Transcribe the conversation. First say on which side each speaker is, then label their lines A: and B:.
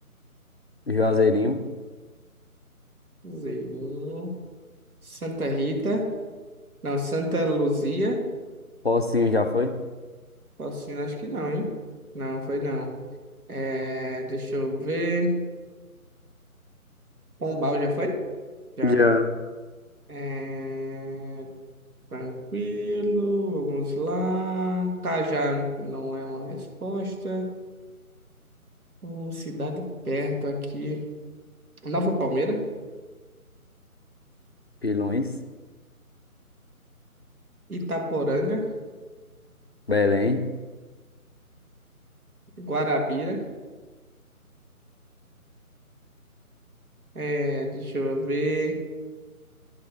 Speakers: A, on the left; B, on the right.
A: Juazeirinho,
B: Zeirinho, Santa Rita. Não, Santa Luzia?
A: Pocinho já foi,
B: Patrocínio, acho que não, hein? Não, foi não. É, deixa eu ver. Pombal já foi? Já.
A: Já.
B: É, tranquilo, vamos lá. Cajá não é uma resposta. Hum, cidade perto aqui. Nova Palmeira,
A: Pilões.
B: Itaporanga,
A: Belém.
B: Guarabira. É, deixa eu ver.